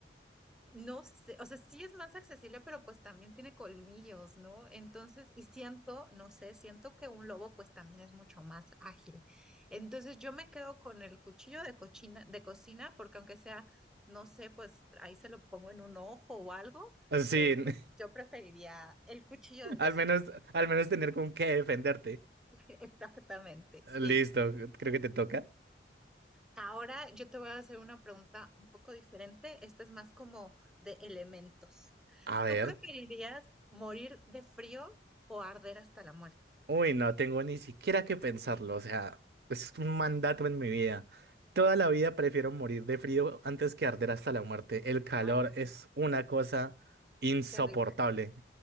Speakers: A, in the centre; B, on the right.
A: No sé, o sea, sí es más accesible, pero pues también tiene colmillos, ¿no? Entonces, y siento, no sé, siento que un lobo pues también es mucho más ágil. Entonces, yo me quedo con el cuchillo de cochina, de cocina, porque aunque sea, no sé, pues ahí se lo pongo en un ojo o algo,
B: Ah, Sí,
A: pero
B: <laughs>
A: pues yo preferiría el cuchillo de cocina.
B: al menos al menos tener con qué defenderte.
A: <laughs> Exactamente, sí.
B: Ah, Listo, creo que te toca.
A: Ahora yo te voy a hacer una pregunta un poco diferente. Esta es más como de elementos.
B: A ver.
A: ¿Tú preferirías morir de frío o arder hasta la muerte?
B: Uy, no tengo ni siquiera que pensarlo, o sea, es un mandato en mi vida. Toda la vida prefiero morir de frío antes que arder hasta la muerte. El calor
A: Ay,
B: es
A: sí,
B: una cosa insoportable,
A: terrible.